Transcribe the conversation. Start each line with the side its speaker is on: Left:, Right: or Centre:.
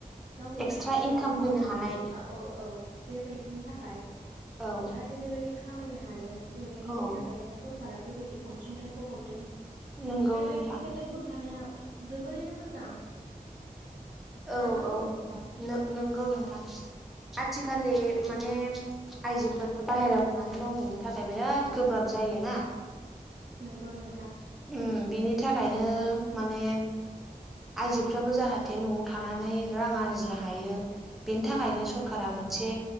Right: गावनि
Centre: एक्सट्रा
Right: थाखाय
Centre: इनकाम
Right: गाव
Centre: फैनो हानाय
Right: औ औ बेबायदिनि थाखाय
Centre: औ
Right: जाहाथे बेबायदि खामायनो हायो बेबायदिनि
Centre: औ
Right: थाखायनो सरकारा बेबायदि अनसुंथाइखौ हरदों
Centre: नंगौ
Right: बेबायदि
Centre: नोंथां
Right: सेल्प हेल्प ग्रुप थानाया जोबोरैनो मोजां।
Centre: औ
Right: ना मा होनो
Centre: औ
Right: नोंथां?
Centre: नो नोंगौ नोंथां आथिखालनि माने आइजोफोरा बाहेरायाव थांनानै मावहैनो थाखाय बिराद गोब्राब जायोना।
Right: नोंगौ नोंथां।
Centre: ओम बिनि थाखायनो माने आयजोफ्राबो जाहाथे न'आव थानानै रां आरजिनो हायो बेनि थाखायनो सरखारा
Right: औ
Centre: मोनसे